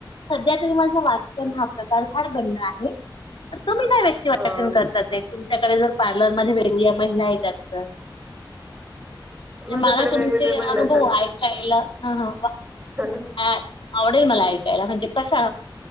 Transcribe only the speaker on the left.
सध्या तरी माझं वा चन
हा प्रकार फार बंद आहे. मग तुम्ही काय व्यक्ती
वाचन करता ते? त्याकडे जर पार्लरमध्ये वेगवेगळ्या महिला येतात तर
म्हणजे मला तुमचे
अनुभव
ऐकायला, हं ह. वा
ऍ, आवडेल मला ऐकायला म्हणजे कशा